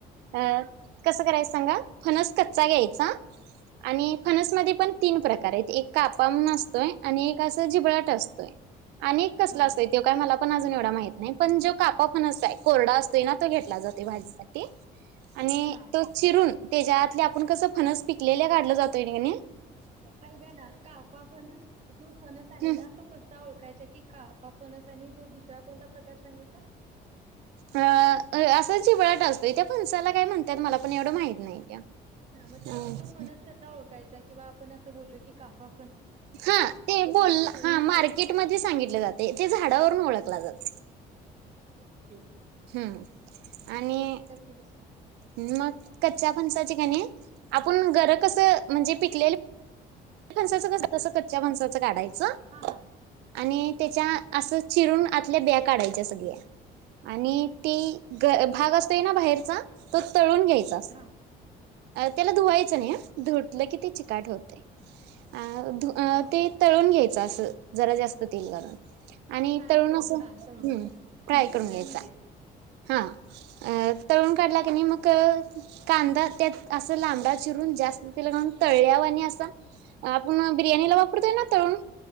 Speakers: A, on the right; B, on the right.
A: अ कसं करायच सांगा फणस कच्चा घ्यायचा आणि फणसमध्ये पण तीन प्रकार आहेत एक कापा म्हणून असतोय आणि एक अस तो जिबळाट असतोय, आणि कसला
B: हां,
A: असते तो काय मला पण अजून एवढा माहित नाही पण जो कापा फणस आहे तो कोरडा असतोय ना तो घेतला जातो भाजीसाठी. आणि
B: हां.
A: तो चिरून त्याच्यात आपण कसं फणस पिकलेल्या काढलं जातोय की नाही.
B: ऐका ना कापा फणस जो फणस आहे
A: हम्म
B: ना तो कसा ओळखायचा की कापा फ फणस आणि जो दुसरा कोणता प्रकार सांगितला.
A: अ असं चिवळाट असतो त्या फणसाला काय म्हणतात मला पण एवढं माहित नाही त्या.
B: हा मग त्या
A: अ
B: तो फणस कसा ओळखायचा? किंवा आपण असं बोललो की काफा
A: हा ते बोल हा
B: ना?
A: मार्केटमध्ये सांगितले जाते ते झाडावरून ओळखला जातो.
B: ओके.
A: हम्म. आणि
B: हां, तर तुम्ही सांगा.
A: मग. कच्च्या फणसाची कणी आपण गर कसं म्हणजे पिकलेलं फणसाचं कस तसं कच्च्या फणसाचं काढाय चं.
B: हां, हां.
A: आणि त्याच्या
B: हां,
A: अस चिरून आतल्या ब्या काढायच्या सगळ्या आणि ती भाग असतोय ना बाहेरचा तो तळून घ्यायचा
B: हां.
A: त्याला धुवायच
B: ओके.
A: नाही धुतलं की ते चिकाट
B: हां,
A: होते. अ धु
B: ओके.
A: अ ते तळु न घ्यायचं अस जरा जास्त तेल घालून. आणि
B: फ्राय
A: तरळुण
B: करून
A: अस हम्म
B: हां, तळून.
A: फ्राय
B: डीप
A: करून
B: फ्रायमध्ये.
A: घ्यायचा हा. अ तळून काढला क नाही मग कांदा त्यात असं लांबडा चिरून जास्त तेल घालुन तळल्यावानी असा आपण बिर्याणीला वापरतोय ना तळुन